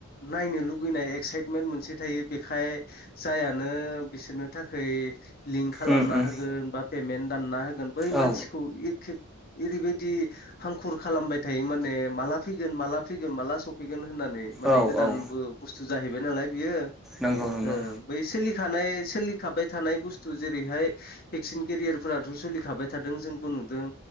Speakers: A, on the left; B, in the centre.
A: नायनो लुगैनाय एक्साइटमेन्ट मोनसे थायो बेखाय जाया। नो बिसोरनो थाखै लिंक खालामना
B: उम उम
A: होगोन बा पेमेन्त दानना होगोन। बै
B: औ
A: मानसिखौ एखे ओरैबायदि हांखुर खालामबाय थायो माने मालाबा। फैगोन माला फैगोन माला सफैगोन होननानै माने
B: औ
A: गोदानबो
B: औ
A: बुस्थु जाहैबाय नालाय बियो।
B: नोंगौ नोंगौ।
A: ओ बै सोलिखानाय सोलिखाबाय थानाय बुस्थु जेरैहाय। भेक्सिन केरियारफोराथ' सोलिखाबाय थादों जोंबो नुदों।